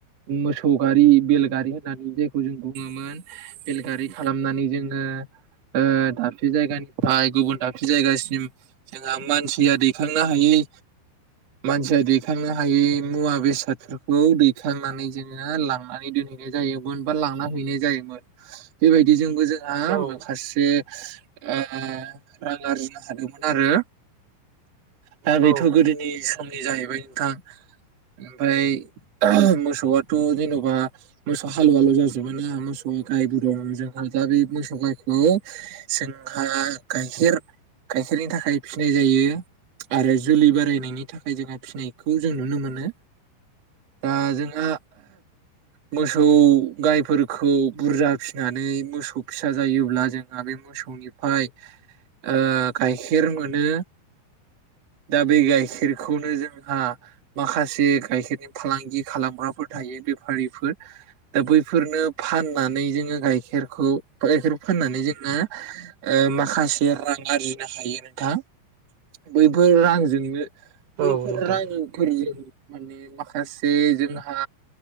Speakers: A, on the right; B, on the right.
A: मोसौ गारि बेलगारि होननानै जायखौ जों बुङोमोन। बेलगारि खालामनानै जोङो ओ दाबसे जायगानिफ्राय गुबुन दाबसे जायगासिम जों ओम मानसिया दैखांनो हायै मानसिया दैखांनो हायै मुवा बेसाद फोरखौ दैखांनानै जोङो लांनानै दोनहैनाय जायोमोन बा लांना हैनाय जायोमोन। बेबायदिजोंबो जों जा
B: जोंहा
A: माखासे ओ रां आरजिनो हादोंमोन आरो दा
B: औ
A: बेथ' गोदोनिस फुंनि जाहैबाय नोंथां ओमफाय मोसौआथ' जेन'बा मोसौ हालुवाल' जाजोबो ना मोसौ गायबो दं जोंहा दा बे मोसौ गायखौ जोंहा गाइखेर गाइखेरनि थाखाय फिनाय जायो आरो जोलै बारायनायनि थाखाय जोंहा फिसिनायखौ जों नुनो मोनो दा जोंहा मोसौ गायफोरखौ बुरजा फिसिनानै मोसौ फिसा जायोब्ला जोंहा बे मोसौनिफ्राय ओ गाइखेर मोनो दा बे गाइखेरखौनो जोंहा माखास से गाइखेरनि फालांगि खालामग्राफोर थायो बेफारिफोर दा बैफोरनो फान नानै जोङो गाइखेरखौ गायखेर फाननानै जोङो ओ माखासे रां आरजिनो हायो नोंथां बैफोर रांजोंनो
B: जोङो
A: बैफोर
B: औ नोंथां
A: रांफोर जों माने माखा माखासे जोंहा